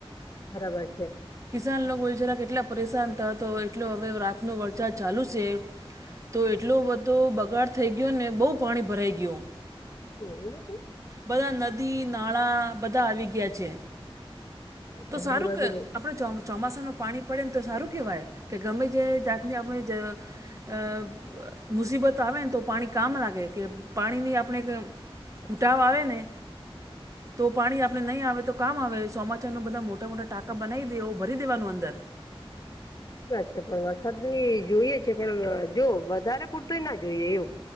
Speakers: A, on the left (about 40°); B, on the right (about 30°).
A: બરાબર છે.
B: કિસાન લોકો બીચારા કેટલા પરેસાન થાતો હોય એટલો હવે રાત નો વરસાદ ચાલુ છે, તો એટલો બધો બગાડ થઈ ગયોને બહુ પાણી ભરાઈ ગયું.
A: એવું છે
B: બધા નદી નાળા બધા આવી ગયા છે.
A: તમારી
B: તો સારું
A: બાજુ
B: આપણે
A: બઉ
B: ચોમાસા નું પાણી પડે ને તો સારું કેહેવાય કે ગમે તે જાત ને આપણી જ અ મુસીબત આવે ને તો પાણી કામ લાગે કે પાણીની આપણે ઘૂટાવ આવે ને તો પાણી આપણે નહીં આવે તો કામ આવે ચોમાસ બધા મોટા મોટા ટાકા બનાવી દે ભરી દેવાનું અંદર.
A: <inaudible> વાત છે પણ વરસાદ બી જોઈએ છે પણ જો વધારે પૂરતોય ના જોઈએ એવું.